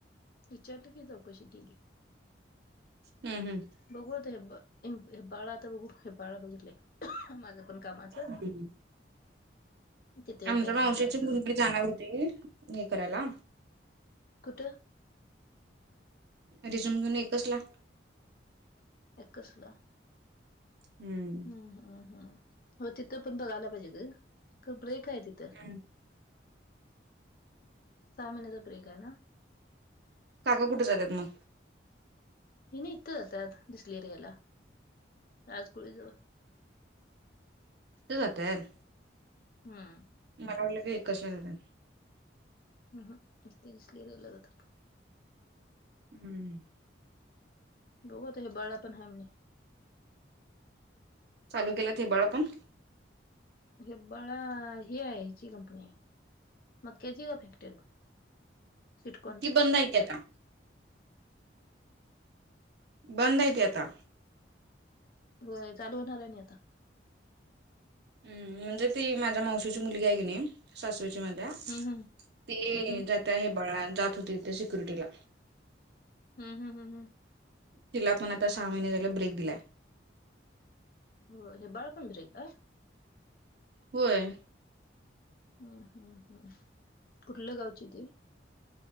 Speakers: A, on the left; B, on the right.
A: विचारलं की चौकशी केली.
B: हम् हम्,
A: बघू आता हे ब्बाळा आता बघू हे ब्बाळा बघितलंय. माझ पण कामाचं
B: हम्म
A: किती होतय
B: आमच्या
A: का
B: मावशीची
A: बघायचं.
B: मुलगी जाणार होती. हे करायला.
A: कुठं
B: रिझूम घेऊन एकच ला.
A: एक कसला.
B: हम्म,
A: हम्म हम्म, हो तिथं पण बघायला पाहिजेत ग क ब्रेक आहे तिथं.
B: हम्,
A: सहा महिन्याचा ब्रेक आहे ना,
B: काका कुठं जात्यात मग.
A: ह्यानी इथं जात्यात दिसलेरियाला राजकुळीजवळ.
B: तिथं जात्यात.
A: हम्म,
B: मला वाटलं काय एकसला जात्यात.
A: हम् हम, इथं दिसलेरीला जातात.
B: हम्,
A: बघू आता हे बाळा पण हाय म्हणे.
B: चालू केल्यात हे बाळ पण
A: हेब्बाळा ही आहे हिची कंपनी आहे. मंक्याची आहे का फॅक्टरी. स्वीटकॉर्नची.
B: ती बंद आहे की आता बंद आहे ती आता.
A: होय. चालू होणार आहे नी आता.
B: हम्म, म्हणजे ती माझ्या मावशीची मुलगी आहे की नाही सासरेची माझ्या
A: हम्म हम्म.
B: ते
A: हम्म हम्म
B: जाताये हेब्बाळा जात होती ते सिक्युरिटीला.
A: हम् हम हम हम,
B: तिला पण आता सहा महिने झाले ब्रेक दिलाय.
A: होय. हेब्बाळपण ब्रेक आय.
B: होय.
A: हा हा हा, कुठल्या गावची ती